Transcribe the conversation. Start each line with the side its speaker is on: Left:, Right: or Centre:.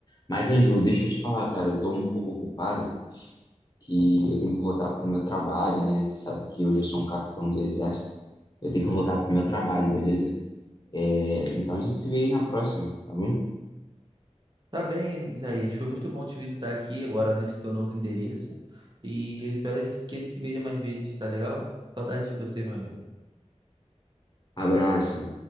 Left: Mas, Ângelo, deixa eu te falar, cara, eu tô um pouco ocupado que eu tenho que voltar para o meu trabalho, né? Você sabe que hoje eu sou um capitão do exército. Eu tenho que voltar para o meu trabalho, beleza? É, então a gente se vê aí na próxima, tá bom?
Right: Tá bem, Isaías. Foi muito bom te visitar aqui agora nesse teu novo endereço e eu espero a gente que a gente se veja mais vezes, tá legal? Saudades de você, meu amigo.
Left: Abraço.